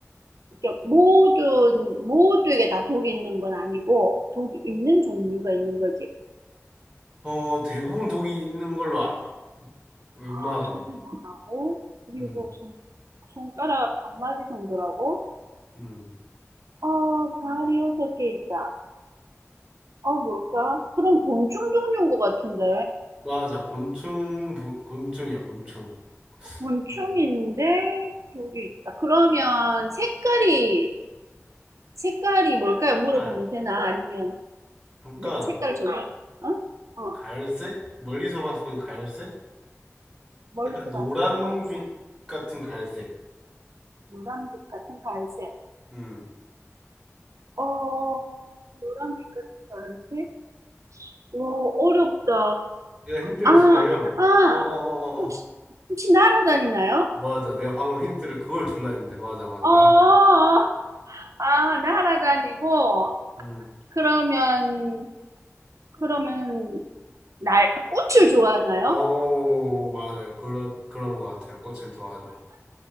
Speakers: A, on the right; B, on the right.
A: 이렇게 모든, 모두에게 다 독이 있는 건 아니고, 독이 있는 종류가 있는 거지.
B: 어, 대부분 독이 있는 걸로 알아. 웬만하면.
A: 아, 독이 있다고? 그리고
B: 음,
A: 손, 손가락 한 마리 정도라고?
B: 음.
A: 아, 발이 여섯 개 있다. 아, 뭘까? 그럼 곤충 종류인 것 같은데?
B: 맞아. 곤충, 부, 곤충이야, 곤충.
A: 곤충인데
B: 어.
A: 여기 있다. 그러면 색깔이 색깔이 뭘까요? 물어보면
B: 네.
A: 되나? 아니면
B: 약간,
A: 내가 색깔을 정해? 어? 어.
B: 갈색? 멀리서 봤을 땐 갈색?
A: 멀리서
B: 약간 노란빛
A: 봤을 땐 갈색,
B: 같은 갈색.
A: 노란빛 같은 갈색.
B: 음.
A: 어, 노란빛 같은 갈색? 와, 어렵다.
B: 내가 힌트를
A: 아,
B: 주려면,
A: 아,
B: 어어어어
A: 혹시 혹시 날아다니나요?
B: 맞아. 내가 방금 힌트를 그걸 줄라 했는데. 맞아, 맞아.
A: 어,
B: 나만
A: 어, 어. 아, 날아다니고
B: 음.
A: 그러면 그러면 날 꽃을 좋아하나요?
B: 어 맞아요. 그런, 그런 것 같아요. 꽃을 좋아하죠.